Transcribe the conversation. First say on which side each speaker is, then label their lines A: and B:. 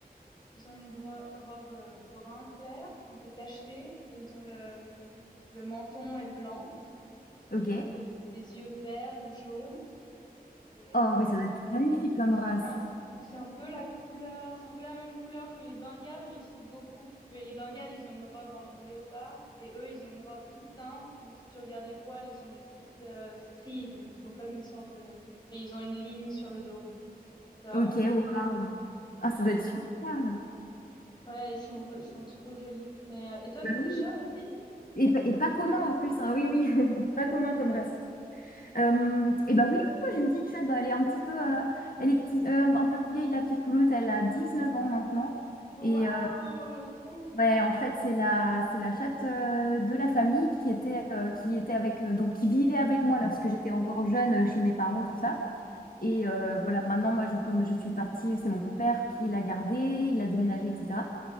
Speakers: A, on the left (about 30°); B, on the left (about 65°).
A: ils ont une bro- robe euh, brun clair, un peu tachetée, et ils ont le, le menton est blanc,
B: Ok.
A: et ils ont des, des yeux verts ou jaunes, et,
B: Oh,
A: euh,
B: oui, ça doit être magnifique comme race.
A: C'est un, c'est un peu la couleur, c'est un peu la même couleur que les Bengales, mais ils sont beaucoup. Mais les Bengales, ils ont une robe un peu léopard, et eux, ils ont une robe toute simple. Mais si tu regardes les poils, ils ont des petites euh, stries, donc ils ont comme une sorte de, et ils ont une ligne sur le dos. C'est vraiment
B: Ok,
A: très
B: waouh.
A: joli. Ouais,
B: Ah, ça doit
A: et
B: être
A: ils sont,
B: super.
A: ouais, ils sont, ils sont trop jolis. Mais euh, et toi,
B: Bah
A: t'as des
B: oui.
A: chats aussi?
B: Et, pa- et pas commun en plus, hein. Oui, oui, <laughs> pas commun comme race. Euh, et bah oui, oui, moi j'ai une petite chatte, Bah, elle est un petit peu, euh, elle est petite, euh, un peu vieille, la petite pouloute, elle a dix neuf ans maintenant. Et
A: Waouh!
B: euh, Ouais, en fait, c'est la, c'est la chatte euh, de la famille qui était, euh, qui était avec, euh, donc qui vivait avec moi lorsque j'étais encore jeune euh, chez mes parents, tout ça. Et
A: Mhm.
B: euh, voilà, maintenant, moi, je, comme je suis partie, c'est mon père qui l'a gardée, il a déménagé, etc.